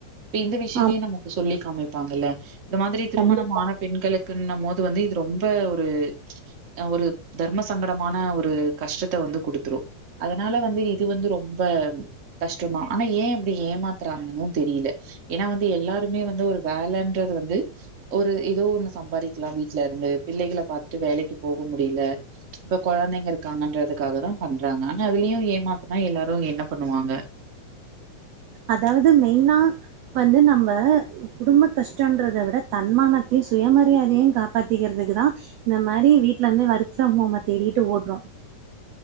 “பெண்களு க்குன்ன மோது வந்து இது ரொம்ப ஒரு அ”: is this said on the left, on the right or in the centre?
Right